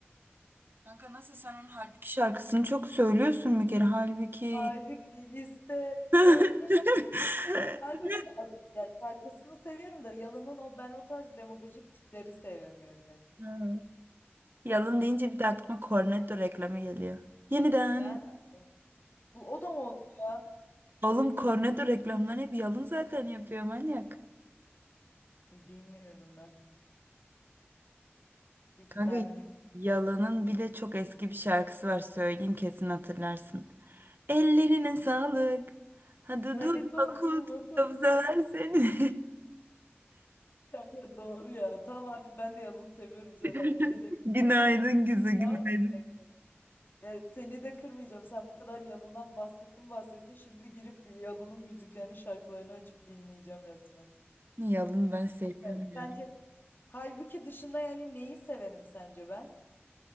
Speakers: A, on the right; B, on the left.
A: Kanka nasıl sen onun Halbuki şarkısını çok söylüyorsun bir kere. Halbuki.
B: Halbuki iste
A: <laughs>
B: ömrüm. Abi, ad- ya şarkısını seviyorum da Yalın'ın o ben o tarz demagojik tipleri sevmiyorum ya.
A: Ha. Yalın deyince bir de aklıma Cornetto reklamı geliyor. Yeniden.
B: Nerede? Bu o da mı oldu ya?
A: Oğlum Cornetto reklamlarını hep Yalın zaten yapıyor manyak.
B: Bilmiyordum ben. Hiç
A: Kanka
B: benlik.
A: Yalın'ın bir de çok eski bir şarkısı var söyleyeyim kesin hatırlarsın. Ellerine sağlık. Hadi
B: Hadi
A: durma
B: durma
A: kul her seni.
B: kanka doğru ya. Tamam artık ben de Yalın seviyorum Seda.
A: <laughs>
B: Bir şey demiyorum
A: Günaydın
B: yani.
A: güzel
B: Tamam
A: günaydın.
B: mı? kanka? Ya seni de kırmayacağım. Sen bu kadar Yalın'dan bahsettin bahsettin. Şimdi girip bir Yalın'ın müziklerini şarkılarını açıp dinleyeceğim resmen.
A: Yalın ben seviyorum
B: Evet,
A: ya.
B: Sence halbuki dışında yani neyi severim sence ben?